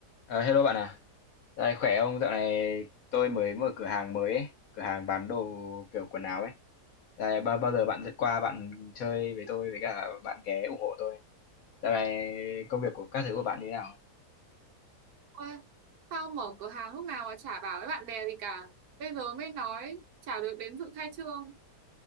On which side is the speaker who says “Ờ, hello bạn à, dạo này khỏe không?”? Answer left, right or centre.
Left